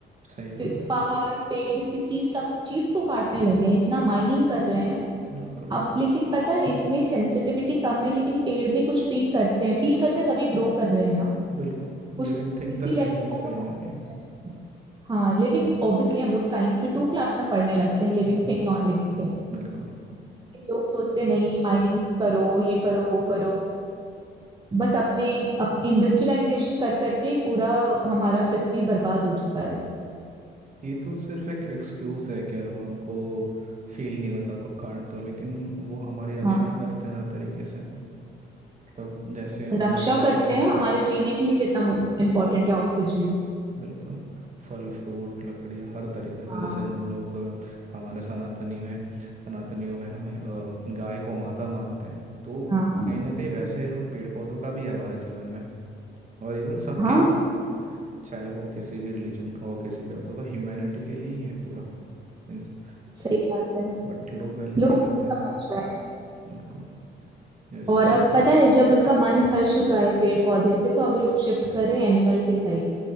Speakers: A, on the right; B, on the right.
A: सही बात
B: पे-
A: है
B: पहाड़ पेड़ किसी सब चीज को काटने लगे हैं इतना
A: हम्म,
B: माइनिंग कर रहे हैं
A: बिल्कुल
B: अब लेकिन पता है इनमें सेंसिटिविटी कम है लेकिन पेड़ भी कुछ फील करते हैं फील करते हैं तभी ग्रो कर रहे हैं ना
A: बिल्कुल
B: कुछ
A: लिविंग थिंग
B: इसी
A: तो
B: लेवल
A: है ही वो
B: का
A: कहीं
B: तो कॉन्शियसनेस
A: ना कहीं
B: हाँ लिविंग ऑब्वियसली हम लोग साइंस में टू क्लास में पढ़ने लगते हैं living
A: बिल्कुल
B: thing non living thing
A: बिल्कुल
B: लोग सोचते नहीं माइनिंग्स करो ये करो वो करो बस अपने अप, इंडस्ट्रियलाइजेशन कर करके पूरा हमारा पृथ्वी बर्बाद हो चुका है
A: ये तो सिर्फ एक एक्सक्यूज है कि उनको फील नहीं होता तो काट दो लेकिन वो हमारी रक्षा
B: हाँ
A: ही करते हैं हर तरीके से मतलब जैसे हम
B: रक्षा
A: लोग हम्म
B: करते हैं हमारे जीने के लिए कितना इम्पोर्टेंट है ऑक्सीजन
A: बिल्कुल फल फ्रूट लकड़ियाँ हर तरीके से
B: हाँ
A: जैसे हम लोग अ, हमारे सनातनी में सनातनियों में हम अ, गाय को माता मानते हैं तो
B: हाँ
A: कहीं ना कहीं वैसा ही रोल पेड़ पौधों का भी है हमारे जीवन में और इवन सबके
B: हाँ
A: हैं चाहे वो किसी भी रिलीजन का हो किसी भी तो ह्यूमैनिटी के लिए ही है पूरा इन सब
B: सही बात है
A: बट लोग वैल्यू
B: लोग
A: नहीं करते
B: नहीं
A: हैं
B: समझ रहे हैं
A: बिल्कुल जैसे
B: और अब
A: किसे
B: पता है जब उनका मन भर चुका है पेड़ पौधे से तो अभी लोग शिफ्ट कर रहे हैं एनिमल के साइड